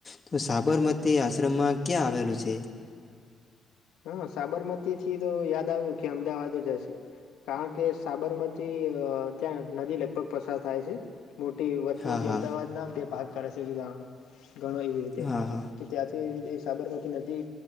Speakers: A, on the left; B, on the left.
A: તો સાબરમતી આશ્રમમાં ક્યાં આવેલું છે એ?
B: હહ સાબરમતીથી તો યાદ આવ્યું કે અમદાવાદ જ હશે. કારણ કે સાબરમતી ત્યાં નદી લગભગ પસાર થાય છે. મોટી વચમાંથી
A: હા, હા.
B: અમદાવાદના બે ભાગ કરે છે <inaudible> ઘણો એવી રીતે
A: હા, હા.
B: કે ત્યાંથી સાબરમતી નદી